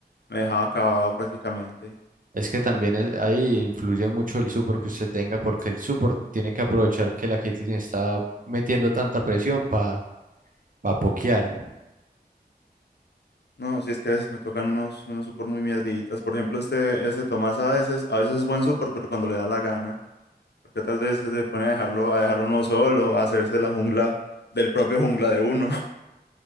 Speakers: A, on the left; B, on the right.
A: me dejaba acabado prácticamente.
B: Es que también es- ahí influye mucho el support que usted tenga, porque el support tiene que aprovechar que la Caitlyn está metiendo tanta presión para pokear.
A: No, si es que a veces me tocan unos, unos super muy mierditas. Por ejemplo, este, este Tomás a veces, a veces es buen super, pero cuando le da la gana. Porque otras veces se pone a dejarlo, a dejarlo uno solo, a hacerse la jungla del propio jungla de uno.